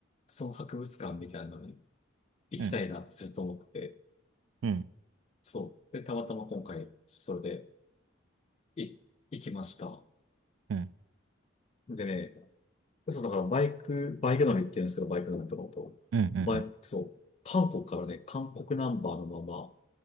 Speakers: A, on the left (about 30°); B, on the right (about 75°).
A: その博物館みたいなのに行きたいなってずっと思ってて、
B: うん。うん。
A: そう。で、たまたま今回、それで、い、行きました。
B: うん。
A: でね、そう、だからバイク、バイク乗りって言うんですけど、バイク乗りとかのこと。
B: うんうん
A: バイク、そう、韓国からね、韓国ナンバーのまま、